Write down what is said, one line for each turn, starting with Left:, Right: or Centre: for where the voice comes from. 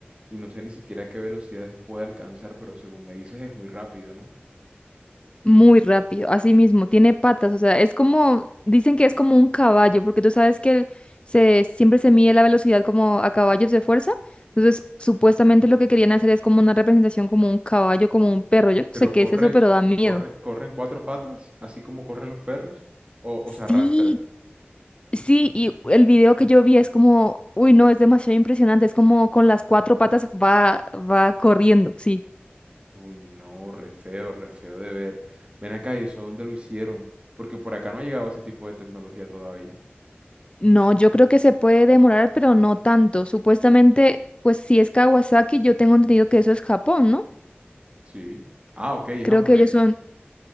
Right: Y no sé ni siquiera qué velocidades puede alcanzar, pero según me dices es muy rápido, ¿no?
Left: Muy rápido, así mismo, tiene patas, o sea, es como, dicen que es como un caballo, porque tú sabes que el- se, siempre se mide la velocidad como a caballos de fuerza, entonces supuestamente lo que querían hacer es como una representación como un caballo, como un perro, yo no
Right: Pero
Left: sé qué
Right: corre,
Left: es eso, pero da miedo.
Right: corre, corre en cuatro patas, así como corren los perros, o, o se arrastra.
Left: Sí, sí, y el video que yo vi es como, uy, no, es demasiado impresionante, es como con las cuatro patas va, va corriendo, sí.
Right: Uy, no, re feo, re feo de ver. Ven acá, ¿y eso dónde lo hicieron? Porque por acá no ha llegado ese tipo de tecnología todavía.
Left: No, yo creo que se puede demorar, pero no tanto. Supuestamente, pues si es Kawasaki, yo tengo entendido que eso es Japón, ¿no?
Right: Sí. Ah, ok, es
Left: Creo
Right: japonés.
Left: que ellos son,